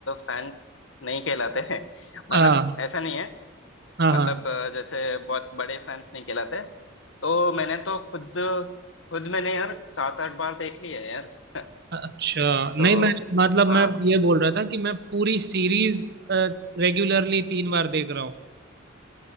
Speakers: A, on the left (about 70°); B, on the right (about 55°).
A: फैंस नहीं कहलाते हैं <laughs>
B: हाँ
A: मतलब ऐसा नहीं है
B: हाँ
A: मतलब
B: हाँ
A: अ, जैसे बहुत बड़े फैंस नहीं कहलाते तो मैंने तो खुद खुद मैंने यार सात आठ बार देख ली है यार <laughs>
B: अच्छा नहीं
A: तो
B: मैं मतलब
A: हाँ
B: मैं ये बोल रहा था कि मैं पूरी सीरीज रेगुलरली तीन बार देख रहा हूँ